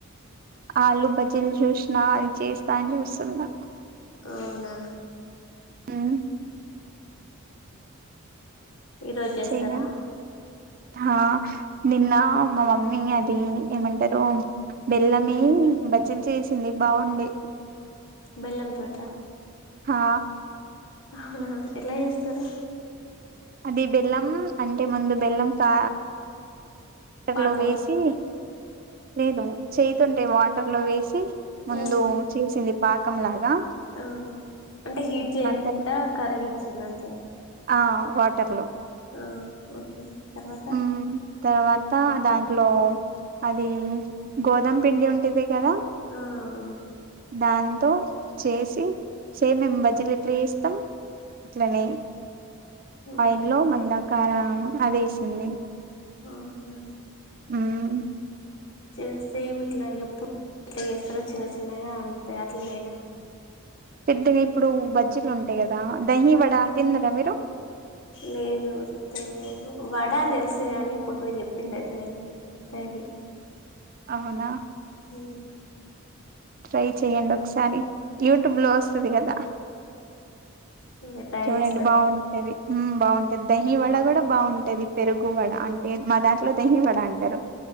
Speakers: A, on the right; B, on the left.
A: ఆలు బజ్జీలు చూసినా అది చేస్తా అని చూస్తున్నా
B: అవునా
A: మ్
B: ఈరోజు చేస్తారా
A: చెయ్ మన్ హ నిన్న మా మమ్మీ అది ఏమంటరు. బెల్లంమే బజ్జిలు చేసింది బాగుండే.
B: బెల్లం తోటా
A: హా
B: అవునా ఎట్ల చేస్తరు
A: అదే బెల్లం అంటే ముందు బెల్లం పా వాటర్లో
B: పాకం
A: వేసి లేదు చేయ్ తోటే వాటర్లో వేసి ముందు
B: ఉమ్
A: చేసింది పాకంలాగా
B: ఆ అంటే హీట్ చేయకుంట
A: తర్
B: కరగిచ్చింది అంతే
A: ఆ వాటర్లో
B: ఆ ఒకే తర్వాత
A: మ్మ్ తర్వాత దాంట్లో అది గోధుమ్ పిండి ఉంటుంది కదా
B: ఆ అవును.
A: దాంతో చేసి సేమ్ మేం బజ్జిలేట్లా చేస్తం. అట్లనే
B: ఓకే
A: పైన్ లో మళ్ళా కారం అదేసింది.
B: అవునా
A: అవున్
B: చేస్తే ఎమె ఇట్లాగే పుట్ ఎట్లా చేస్తారో చిన్న చిన్నగా అంతే అట్లనేనా
A: పెద్దగా ఇప్పుడు బ బజ్జీలుంటయి కదా డైలీ వడ
B: ఆ
A: తిన్నారా మీరు
B: లేదు తెలియదు వడ తెలుసు గాని ఇప్పుడు మీరు చెప్పిందయితే తెలవదు దహి
A: అవునా
B: హ్మ్
A: ట్రై చెయ్యండి ఒకసారి యూట్యూబ్ లో వస్తది కదా
B: ఆ అదే ట్రై
A: చూడండి
B: చేస్తా
A: బాగుంటది హ్మ్ బాగుంటది దహి వడ కుడా బా టది పెరుగు, వడ అంటే మా దాంట్లో దహి వడ అంటరు